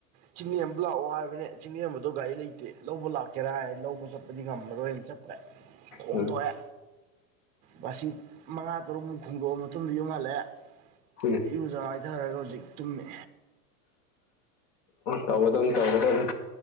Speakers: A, on the right (about 20°); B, on the left (about 70°).
A: ꯆꯤꯡꯃꯤ ꯑꯃꯗꯣ ꯂꯥꯛꯑꯣ ꯍꯥꯏꯕꯅꯦ ꯆꯤꯡꯃꯤ ꯑꯃꯗꯣ ꯒꯥꯔꯤ ꯂꯩꯇꯦ ꯂꯧꯕ ꯂꯥꯛꯀꯦꯔꯥ ꯂꯧꯕ ꯆꯠꯄꯗꯤ ꯉꯝꯃꯔꯣꯏꯅ ꯆꯠꯇ꯭ꯔꯦ ꯈꯣꯝꯗꯣꯛꯑꯦ
B: ꯎꯝ
A: ꯕꯥꯁꯤ ꯃꯉꯥ ꯇꯔꯨꯛꯃꯨꯛ ꯈꯣꯡꯗꯣꯛꯑ ꯃꯇꯨꯡꯗ ꯌꯨꯝ ꯍꯜꯂꯛꯑꯦ
B: ꯍꯨꯏꯅ
A: ꯏꯔꯨꯖ ꯃꯥꯏꯊꯔꯒ ꯍꯧꯖꯤꯛ ꯇꯨꯝꯃꯤ
B: ꯇꯧꯒꯗꯧꯅꯤ ꯇꯧꯒꯗꯧꯅꯤ